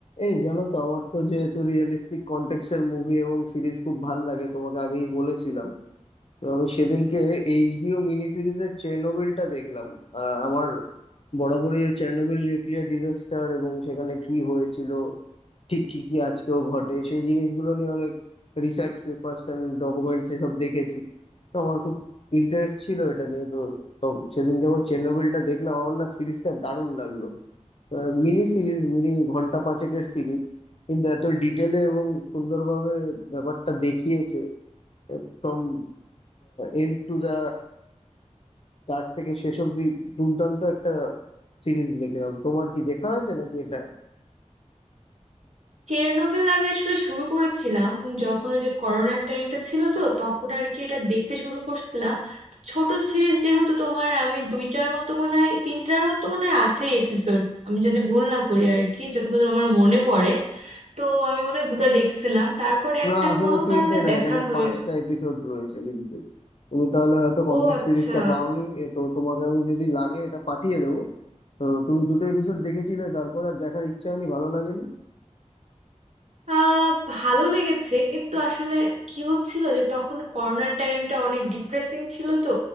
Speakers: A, on the left; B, on the right.
A: এই জানো তো আমার তো যেহেতু রিয়েলিস্টিক কন্টেক্সট এর মুভি এবং সিরিজ খুব ভাল লাগে তোমাকে আগেই বলেছিলাম তো আমি সেদিনকে এইচবিও মিনি সিরিজের চেরনোবিলটা দেখলাম আহ, আমার বরাবরই এই চেরনোবিল নিউক্লিয়ার ডিজাস্টার এবং সেখানে কি হয়েছিল ঠিক কি কি আজকেও ঘটে সেই জিনিসগুলো নিয়ে অনেক রিসার্চ পেপারস এন্ড ডকুমেন্টস এসব দেখেছি তো আমার খুব ইন্টারেস্ট ছিল এটা নিয়ে তো তো সেদিন যখন চেরনোবিলটা দেখলাম আমার না সিরিজটা দারুণ লাগলো মিনি সিরিজ মিনি ঘন্টা পাঁচেকের সিরিজ কিন্তু এত ডিটেলে এবং সুন্দরভাবে ব্যাপারটা দেখিয়েছে From end to the start থেকে শেষ অব্দি দুর্দান্ত একটা সিরিজ দেখলাম তোমার কি দেখা হয়েছে নাকি এটা
B: Chernobyl আমি আসলে শুরু করেছিলাম যখন ওই যে করোনার টাইমটা ছিল তো তখন আর কি এটা দেখতে শুরু করছিলাম তো ছোট সিরিজ যেহেতু তোমার আমি দুইটার মতো মনে হয় তিনটার মতো মনে হয় আছে এপিসোড আমি যদি ভুল না করি আর কি যতদূর আমার মনে পড়ে তো আমি মনে হয় দুটো দেখছিলাম তারপরে একটা
A: না আসলে
B: কোনো
A: তিনটে
B: কারণে
A: না
B: দেখা
A: এখানে
B: হয়ে
A: পাঁচটা এপিসোড রয়েছে কিন্তু তুমি তাহলে হয়তো কমপ্লিট
B: ও আচ্ছা
A: সিরিজটা পাওনি এ তো তোমাকে আমি যদি লাগে এটা পাঠিয়ে দেবো তো তুমি দুটো এপিসোড দেখেছিলে তারপরে আর দেখার ইচ্ছা হয়নি ভালো লাগেনি
B: আহ ভালো লেগেছে কিন্তু আসলে কি হচ্ছিল যে তখন করোনার টাইমটা অনেক ডিপ্রেসিং ছিল তো